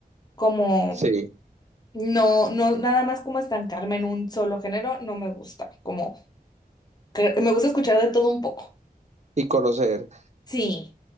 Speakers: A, on the left (about 25°); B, on the right (about 45°).
A: Como
B: Sí,
A: no no nada más como estancarme en un solo género, no me gusta. Como que me gusta escuchar de todo un poco.
B: y conocer.
A: Sí,